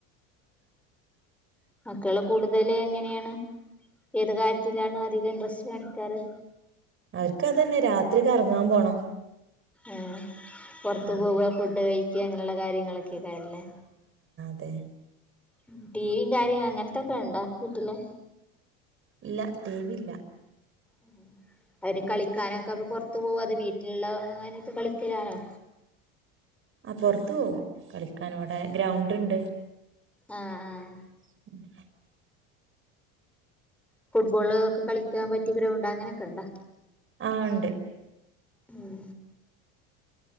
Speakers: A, on the right; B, in the centre.
A: <unintelligible>
B: മക്കള് കൂടുതല് എങ്ങനെയാണ് ഏത് കാര്യത്തിലാണ് അധികം ഇൻട്രസ്റ്റ് കാണിക്കാറ്
A: അവർക്ക് അതന്നെ രാത്രി കറങ്ങാൻ പോണം
B: ആ പൊറത്ത്
A: ഉം.
B: പോവുവാ ഫുഡ് കഴിക്ക അങ്ങനെയുള്ള കാര്യങ്ങളൊക്കെ കാര്യല്ലേ
A: ദേ
B: ഉം ടിവിയും കാര്യം അങ്ങനത്തൊക്കെ ഒണ്ടോ വീട്ടില്
A: ഇല്ല ടി വിയില്ല
B: ഉം അവര് കളിക്കാനൊക്കെ അപ്പൊ പൊറത്തു പോവോ അത് വീട്ടിലുള്ള അങ്ങനത്തെ കളിക്കലായൊ
A: ആ പൊറത്തു പോകും കളിക്കൻ ഇവിടെ ഗ്രൗണ്ട് ഉണ്ട്
B: ആഹ് ആഹ്
A: <inaudible>
B: ഫുട്ബോള് ഒക്കെ കളിക്കാൻ പറ്റിയ ഗ്രൗണ്ട് അങ്ങനെ ഒക്കെ ഒണ്ടാ
A: ആ ഉണ്ട്
B: ഉം